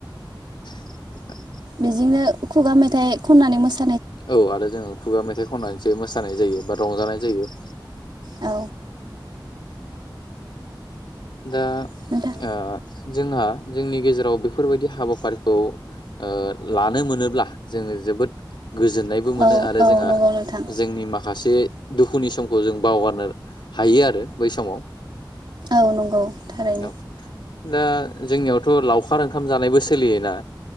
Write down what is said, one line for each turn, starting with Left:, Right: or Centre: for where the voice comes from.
Left: <inaudible>
Right: बिदिनो खुगा मेथाइ खननानै मोसा
Left: औ आरो जोङो खुगा मेथाइ खननानैसो मोसानाय जायो बा रंजानाय जायो।
Right: औ
Left: दा
Right: नोंथां
Left: ओ जोंहा जोंनि गेजेराव बेफोरबायदि हाबाफारिखौ ओ लानो मोन नोब्ला जोङो जोबोद गोजोननायबो मोनो
Right: औ
Left: आरो
Right: औ
Left: जोंहा
Right: नंगौ नोंथां
Left: जोंनि माखासे। दुखुनि समखौ जों बावगारनो हायो आरो बै समाव।
Right: औ नंगौ थारैनो
Left: औ दा। जोंनियावथ' लाव <unintelligible> ओंखाम जानायबो सोलियोना